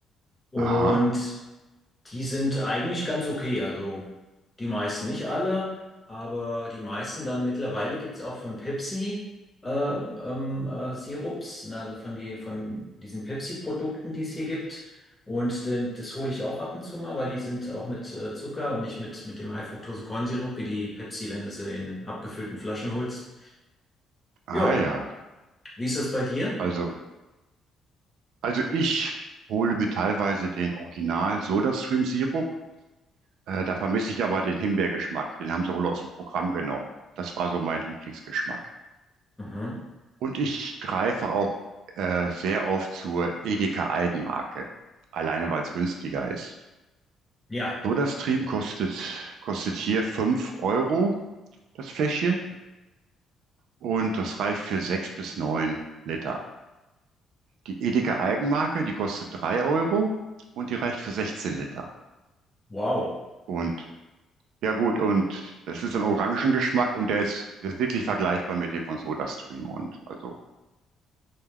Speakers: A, on the left (about 15°); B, on the right (about 75°).
A: Und
B: Aha,
A: die sind eigentlich ganz okay, also die meisten, nicht alle, aber die meisten dann mittlerweile gibt's auch von Pepsi äh, ähm, äh, Sirups, ne, also von, die, von diesen Pepsi-Produkten, die es hier gibt. Und de- das hole ich auch ab und zu mal, weil die sind auch mit äh, Zucker und nicht mit, mit dem High-Fructose-Kornsirup, wie die Pepsi, wenn du sie in abgefüllten Flaschen holst.
B: ah
A: Jo,
B: ja.
A: wie ist das bei dir?
B: Also, also ich hole mir teilweise den Original Soda-Stream-Sirup. Äh, da vermisse ich aber den Himbeergeschmack. Den haben sie wohl aus dem Programm genommen. Das war so mein Lieblingsgeschmack.
A: Mhm.
B: Und ich greife auch äh, sehr oft zur Edeka Eigenmarke, alleine weil es günstiger ist.
A: Ja,
B: SodaStream kostet, kostet hier 5 Euro das Fläschchen und das reicht für 6 bis 9 Liter. Die Edeka Eigenmarke, die kostet 3 Euro und die reicht für 16 Liter.
A: wow.
B: Und ja gut, und das ist ein Orangengeschmack und der ist, der ist wirklich vergleichbar mit dem von SodaStream und also